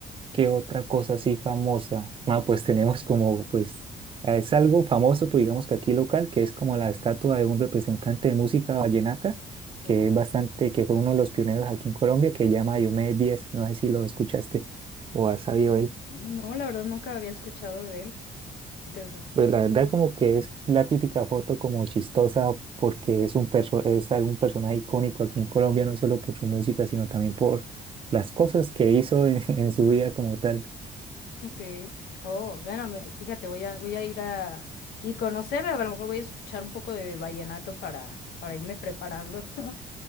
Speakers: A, on the right (about 35°); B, on the left (about 80°).
A: qué otra cosa así famosa? Ah, pues tenemos como, pues, eh, es algo famoso, pues digamos que aquí local, que es como la estatua de un representante de música vallenata,
B: No,
A: que es bastante, que fue uno de los pioneros aquí en Colombia, que se llama Diomedes Díaz. No sé si lo escuchaste o has sabido de él.
B: no, la verdad nunca había escuchado de él. Entonces,
A: Pues la verdad como que es la típica foto como chistosa porque es un perso- es algún personaje icónico aquí en Colombia, no solo por su música, sino también por las cosas que hizo en, <laughs> en su vida como tal.
B: ok. Oh, bueno, me- fíjate, voy a, voy a ir a... Y conocer, a lo mejor voy a escuchar un poco de vallenato para, para irme preparando. <laughs>